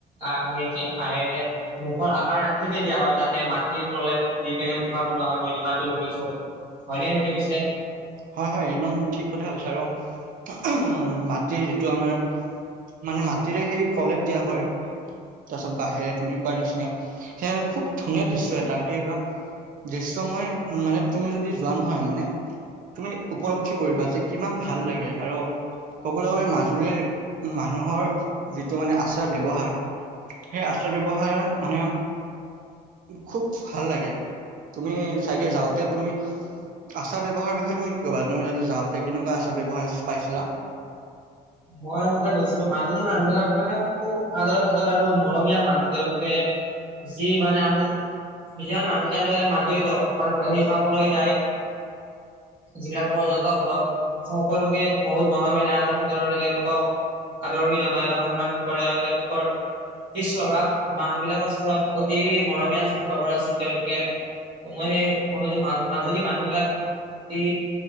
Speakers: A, on the right; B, on the right.
A: আহেৰে মুখৰ আকাৰ আকৃতি দিয়া হ'ল <unintelligible> মাটিৰ তলত দি কেনে মুখা বনোৱা হয় মই যিমান দূৰ শুনিছোঁ হয়নে সেইটো পিছে
B: হয়, হয়। একদম ঠিক কথা হৈছে আৰু উম মাটিৰ যিটো আমাৰ মানে মাটিৰে সেই ফলেপ দিয়া হয়। তাৰপিছত বাঁহেৰে তুমি কোৱাৰ নিচিনাই <unintelligible> খুব ধুনীয়া দৃশ্য এটা সেইবিলাক দৃশ্যময় মানে তুমি যদি যোৱা নহয় মানে তুমি উপলব্ধি কৰিবা যে কিমান ভাল লাগে আৰু ক'বলৈ গ'লে মাজুলীৰ মানুহৰ যিটো মানে আচাৰ ব্যৱহাৰ সেই আচাৰ ব্যৱহাৰ মানে খুব ভাল লাগে তুমি চাগে যাওঁতে তুমি আচাৰ ব্যৱহাৰৰ বিষয়ে তুমি কি ক'বা তুমি যতে যাওঁতে কেনেকুৱা আচাৰ ব্যৱহাৰ পাইছিলা?
A: মই যেতিয়া গৈছিলো মাজুলী মানুহ বিলাক মানে খুব আদৰ সাদৰ আৰু মৰমীয়াল মানুহ। তেওঁলোকে যি মানে আমি নিজাৰ মানুহ। <unintelligible> মাজী <unintelligible> চাবলৈ যায়। যিবিলাক <unintelligible> সদৰৰে তেওঁলোকক আদৰণি জনায় বা সন্মান কৰে আৰু তেওঁলোকৰ শ স্বভাৱ মানুহ বিলাকৰ <unintelligible> অতি মৰমীয়াল স্বভাৱৰ আছিল তেওঁলোকে ত মই <unintelligible> মাজুলী মানুহ বিলাক অতি